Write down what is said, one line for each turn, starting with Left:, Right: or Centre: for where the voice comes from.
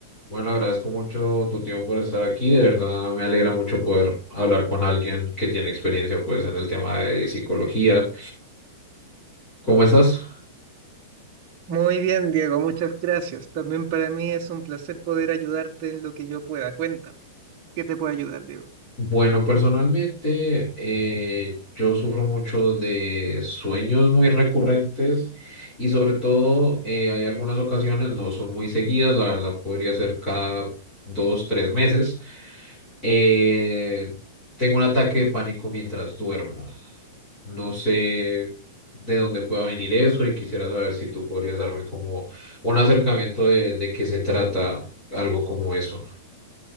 Left: Bueno, agradezco mucho tu tiempo por estar aquí. De verdad, me alegra mucho poder hablar con alguien que tiene experiencia, pues, en el tema de psicología. ¿Cómo estás?
Right: Muy bien, Diego, muchas gracias. También para mí es un placer poder ayudarte en lo que yo pueda. Cuéntame, ¿qué te puede ayudar, Diego?
Left: Bueno, personalmente eh, yo sufro mucho de sueños muy recurrentes y sobre todo eh, hay algunas ocasiones, no son muy seguidas, la verdad podría ser cada dos, tres meses. eh, tengo un ataque de pánico mientras duermo. No sé de dónde pueda venir eso y quisiera saber si tú podrías darme como un acercamiento de, de qué se trata algo como eso.